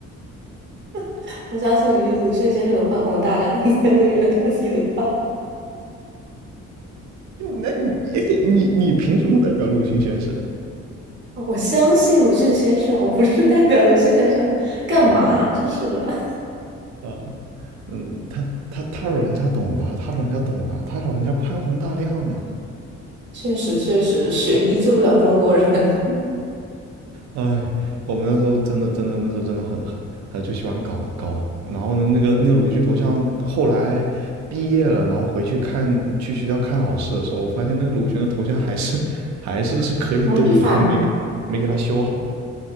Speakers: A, on the right; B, on the right.
A: <laughs> 我相信以鲁迅先生的宽宏大量，那应该会原谅你的吧？
B: 那你哎你你凭什么代表鲁迅先生
A: 我相信鲁迅先生，我不是代表鲁迅先生，干嘛啊真是的，
B: ？OK 啊，嗯，他他他老人家懂的，他老人家懂的，他老人家宽宏大量呢、啊
A: <laughs> 确实确实，学医救不了中国人。
B: 哎，我们那时候真的真的那时候真的很很就喜欢搞搞，然后呢，那个那个鲁迅头像后来毕业了，然后回去看去学校看老师的时候，我发现那个鲁迅的头像还是 <laughs> 还是是可以动的，
A: 哎，就反正，
B: 就没给没给他修好。